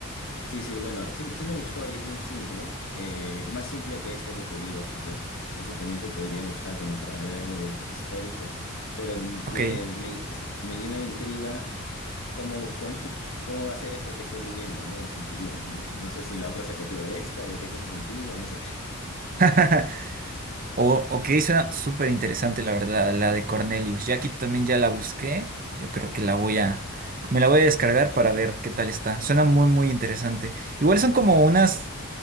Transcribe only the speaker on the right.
Ok.
<laughs> O,
ok,
suena súper interesante la verdad, la de Cornelius. Ya aquí también ya la busqué. Yo creo que la voy a, me la voy a descargar para ver qué tal está. Suena muy, muy interesante. Igual son como unas...